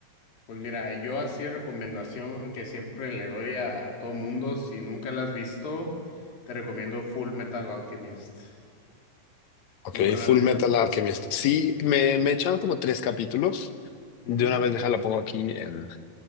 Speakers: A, on the left (about 80°); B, on the left (about 65°).
A: pues mira, yo así recomendación que siempre le doy a todo mundo, si nunca la has visto, te recomiendo Full Metal Alchemist.
B: Ok,
A: ¿Nunca
B: Full
A: la has visto?
B: Metal Alchemist. Sí, me, me echaron como tres capítulos. De
A: Ujú,
B: una vez deja la pongo aquí en,